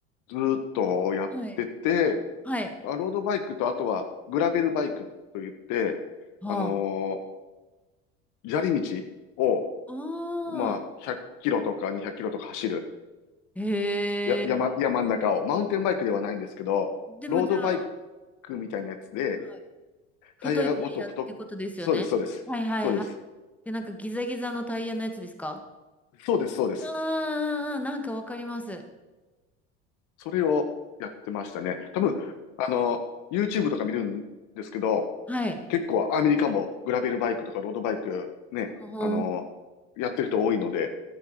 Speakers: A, on the left; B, in the centre.
A: ーっとやってて、
B: はい。はい。
A: まあロードバイクと、あとは、グラベルバイクといって、
B: はあ。
A: あのー砂利道を、
B: あ
A: まあ、
B: あ。
A: 100キロとか200キロとか走る。
B: へえ。
A: や、山、山ん中を、マウンテンバイクではないんですけど、
B: でもじゃあ、
A: ロードバイクみたいなやつで、
B: はい、太いタイヤってことですよね。
A: タイヤがもっと太く、そうです、そうです。
B: はいはいはい。
A: そうです。
B: で、なんかギザギザのタイヤのやつですか
A: そうです、そうです。
B: ああー、なんかわかります。
A: それをやってましたね。
B: えー
A: 多分、あの、YouTube とか見るんですけど、
B: はい。
A: 結構アメリカもグラベルバイクとかロードバイクね、
B: うん
A: あの、やってる人多いので、